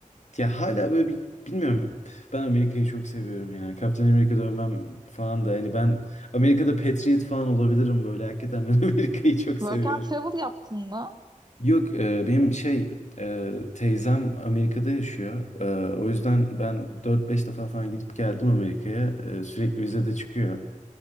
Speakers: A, on the left; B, on the right.
A: ya hala böyle bir bilmiyorum. Ben Amerika'yı çok seviyorum yani. Kaptan Amerika dönmem falan da hani ben Amerika'da Patriot falan olabilirim böyle. Hakikaten ben <laughs> Amerika'yı çok
B: Work
A: seviyorum.
B: and travel yaptın mı?
A: Yok e, benim şey e, teyzem Amerika'da yaşıyor. E, o yüzden ben dört beş defa falan gidip geldim Amerika'ya. E, sürekli vize de çıkıyor.